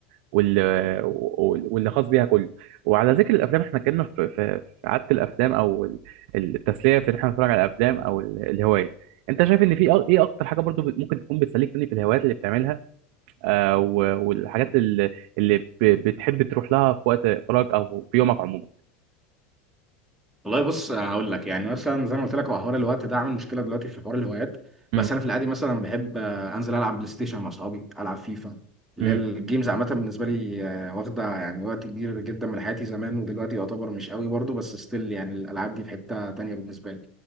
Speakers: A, on the right; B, in the centre.
A: وال- وال- واللي خاص بيها كله وعلى ذكر الافلام احنا اتكلمنا في في في عاده الافلام او ال- التسليه في ان احنا نتفرج على الافلام او ال- الهوايه انت شايف ان في أ- ايه اكتر حاجه برضو بت- ممكن تكون بتسليك تاني في الهوايات اللي بتعملها آه، و- والحاجات اللي اللي ب- بتحب تروح لها في وقت فراغ او في يومك عموما
B: والله بص هقول لك يعني مثلا زي ما قلت لك هو حوار الوقت ده عامل مشكله دلوقتي في حوار الهوايات
A: مم.
B: بس انا في العادي مثلا بحب آه، انزل العب بلاي ستيشن مع اصحابي العب فيفا اللي
A: مم.
B: هي الجيمز عامه بالنسبه لي آه، واخده يعني وقت كبير جدا من حياتي زمان ودلوقتي يعتبر مش قوي برضه بس ستيل يعني الالعاب دي في حته تانيه بالنسبه لي